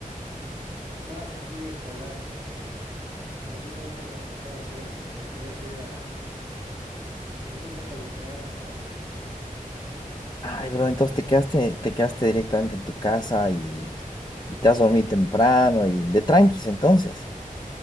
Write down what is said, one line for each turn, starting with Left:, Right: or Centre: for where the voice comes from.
Right: más aquí escolar, porque también estaba un poco atrasado, por eso es que quería seguir a, pues un poco distraerme, ¿no?
Left: Ay, bro, entonces te quedaste, te quedaste directamente en tu casa y, y te has dormido temprano y de tranquis entonces,